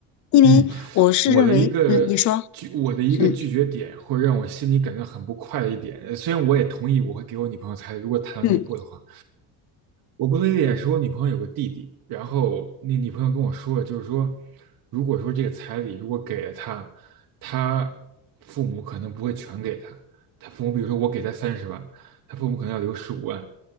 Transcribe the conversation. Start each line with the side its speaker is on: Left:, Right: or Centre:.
Left: 因为我是认为，
Right: 嗯，我的一个拒，
Left: 嗯，你说，
Right: 我的一个拒绝点，
Left: 嗯
Right: 或者让我心里感到很不快的一点，呃虽然我也同意我会给我女朋友彩礼，如果谈到那一步的话，
Left: 嗯，
Right: 我不同意的点是我女朋友有个弟弟，然后那女朋友跟我说了，就是说，如果说这个彩礼如果给了他，他父母可能不会全给他，他父母比如说我给他三十万，他父母可能要留十五万，